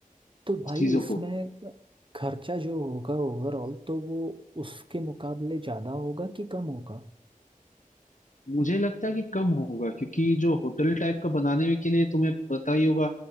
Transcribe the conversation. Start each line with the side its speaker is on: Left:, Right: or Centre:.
Right: तो भाई
Left: चीजों
Right: इसमें
Left: को
Right: खर्चा जो होगा ओवरऑल तो वो उसके मुकाबले ज़्यादा होगा कि कम होगा
Left: मुझे लगता है कि कम होगा क्योंकि जो होटल टाइप का बनाने में के लिए तुम्हें पता ही होगा